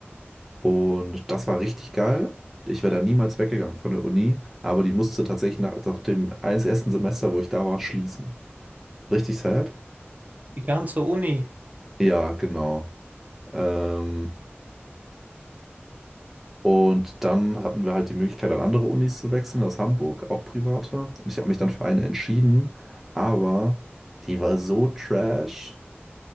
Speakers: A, in the centre; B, on the right (about 40°).
A: Und das war richtig geil. Ich wäre da niemals weggegangen von der Uni, aber die musste tatsächlich nach, nach dem eins- ersten Semester, wo ich da war, schließen. Richtig sad?
B: Die ganze Uni.
A: Ja, genau. Ähm, und dann hatten wir halt die Möglichkeit, an andere Unis zu wechseln, aus Hamburg, auch private. Und ich habe mich dann für eine entschieden, aber die war so trash.